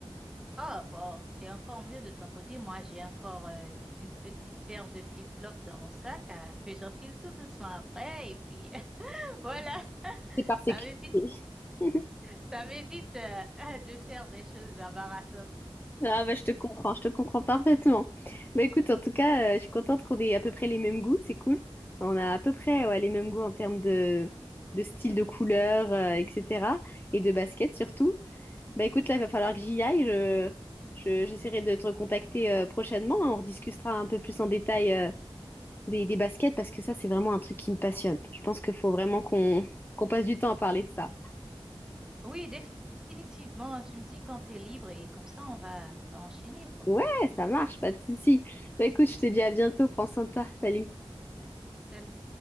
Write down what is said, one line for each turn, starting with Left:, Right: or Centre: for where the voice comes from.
Centre: Ah bon, c'est encore mieux de ton côté. Moi, j'ai encore euh, une petite paire de flip-flops dans mon sac euh, que j'enfile tout doucement après. Et puis <laughs> voilà, <laughs>
Left: <laughs> C'est par sécurité.
Centre: ça m'évite,
Left: <laughs>
Centre: ça m'évite euh, <laughs> de faire des choses embarrassantes.
Left: Ah bah je te comprends, je te comprends parfaitement. Bah écoute, en tout cas, euh, je suis contente qu'on ait à peu près les mêmes goûts, c'est cool. On a à peu près ouais, les mêmes goûts en termes de, de style de couleur, euh, etc. Et de basket surtout. Bah écoute, là, il va falloir que j'y aille. Je, je- j'essaierai de te recontacter euh, prochainement. hein. On rediscutera un peu plus en détail euh, des, des baskets parce que ça, c'est vraiment un truc qui me passionne. Je pense qu'il faut vraiment qu'on qu'on passe du temps à parler de ça.
Centre: Oui, définitivement. Tu me dis quand t'es libre et comme ça, on va, on va enchaîner ou quoi?
Left: Ouais, ça marche, pas de souci. Bah écoute, je te dis à bientôt, prends soin de toi, salut.
Centre: Salut.